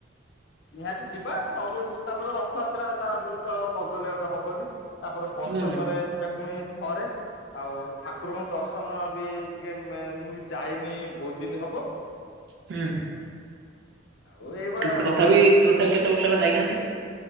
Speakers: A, on the left; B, on the right.
A: ନିହାତି ଯିବା, ସବୁ ତାପରେ ରଥଯାତ୍ରା ତାରେ ତ ନଗଲେ ଗୋଟେ ହବନି। ତାପରେ ବର୍ଷକରେ
B: ହୁଁ
A: ସେଟା ପୁଣି ଥରେ, ଆଉ ଠାକୁରଙ୍କ ଦର୍ଶନ ବି ଇଏ ବେ ମୁଁ ବି ଯାଇନି ବହୁତ ଦିନ ହବ।
B: ହୁଁ।
A: ଆଉ ଏଇଭଳିଆ
B: କି ତଥାପି ତଥାପି କେତେ ବର୍ଷ ହେଲା ଯାଇନାହାନ୍ତି?